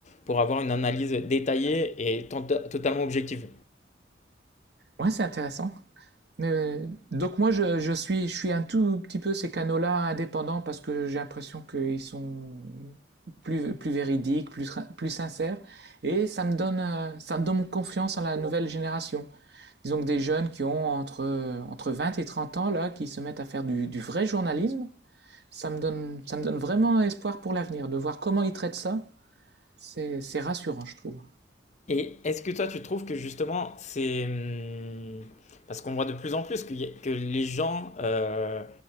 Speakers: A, on the left (about 40°); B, on the right (about 60°).
A: pour avoir une analyse détaillée
B: Ouais.
A: et tenta- totalement objective.
B: Ouais, c'est intéressant. Mais donc moi je je suis je suis un tout petit peu ces canaux-là indépendants parce que j'ai l'impression qu'ils sont plus plus véridiques, plus plus sincères et ça me donne, heu, ça me donne confiance en la nouvelle génération. Disons que des jeunes qui ont entre, entre 20 et 30 ans, là, qui se mettent à faire du, du vrai journalisme, ça me, donne, ça me donne vraiment espoir pour l'avenir, de voir comment ils traitent ça. C'est rassurant, je trouve.
A: Et est-ce que toi, tu trouves que justement, c'est... hum, Parce qu'on voit de plus en plus qu'il y a- que, les gens, euh,